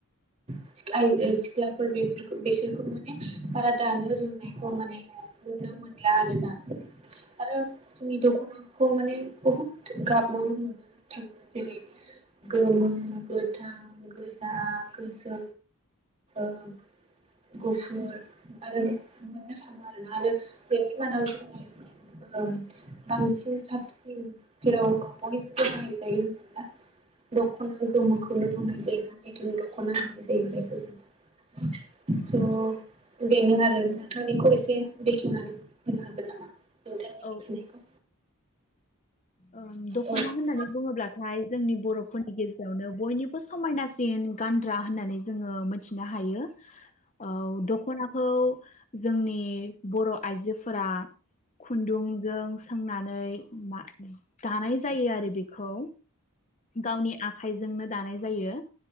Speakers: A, on the right (about 30°); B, on the left (about 35°).
A: सिख्ला सिख्लाफोर बेफोरखौ बेसोरखौ माने बारा दानो रोंनायखौ माने नुनो मोनला आरोना। आरो जोंनि दख'ना खौ माने बहुद गाबावनो मोननो थाङो जेरै गोमो गोथां गोजा गोसो <inaudible> गुफुर आरो मोननो थां आरोना आरो बेनि मादाव जोंनि ओ बांसिन साबसिन जेराव बयजोंबो बाहायजायो होनना दख'ना गोमोखौनो बुंनाय जायोना बिदिनो द ख'ना होन्नाय जायो जायखौ स' बेनो आरो नोंथांनिखौ एसे बेखेवनानै होनो हागोन नामा? नोंथांनि
B: औ
A: मिथिनायखौ।
B: ओं दख'ना
A: औ
B: होननानै बुङोब्लाथाय जोंनि बर'फोरनि गेजेरावनो बयनिबो समायनासिन गानग्रा होननानै जोङो मोनथिनो हायो। औ द'खना खौ जोंनि बर' आइजोफोरा खुन्दुंजों सोंनानै मा दानाय जायो आरो बेखौ गावनि आखाइजोंनो दानाय जायो